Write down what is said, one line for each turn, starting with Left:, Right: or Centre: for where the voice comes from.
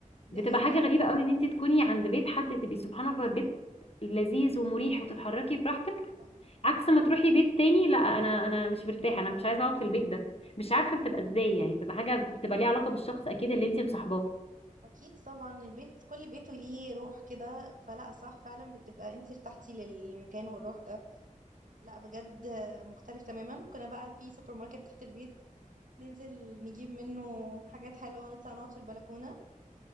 Right: دي
Left: بتبقى
Right: هي
Left: حاجه
Right: كده
Left: غريبه قوي ان انت تكوني عند بيت حد تبقي سبحان الله بيت لذيذ ومريح وتتحركي براحتك
Right: صح.
Left: عكس ما تروحي بيت تاني لا انا انا مش مرتاحه انا مش عايزه اقعد في البيت ده مش عارفه بتبقى ازاي يعني بتبقى حاجه بتبقى ليها علاقه بالشخص اكيد اللي انت مصاحباه
Right: اكيد طبعا البيت كل بيت وليه روح كده فلا صح فعلا بتبقى انت ارتحتي للمكان والروح ده لا بجد مختلف تماما كنا بقى في سوبر ماركت تحت البيت ننزل نجيب منه حاجات حلوة ونطلع نقعد في البلكونة